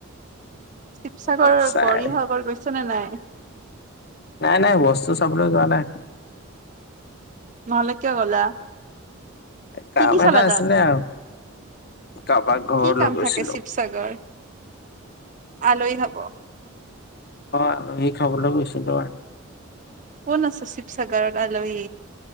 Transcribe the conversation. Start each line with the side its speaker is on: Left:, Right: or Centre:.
Right: শিৱসাগৰ
Left: অলপ চাই
Right: গৌৰীসাগৰ গৈছা নে নাই
Left: নাই নাই বস্তু চাবলে যোৱা নাই
Right: নহলে কিয় গলা
Left: কাম
Right: কি কি চালা
Left: এটা
Right: তাত
Left: আছিলে আৰু কাৰোবাক ঘৰলৈ
Right: কি কাম
Left: গৈছিলো
Right: থাকে শিৱসাগৰ
Left: অ
Right: আলহী খাব
Left: আলহী খাবলৈ গৈছিলোঁ আৰু
Right: কোন আছে শিৱসাগাৰত আলহী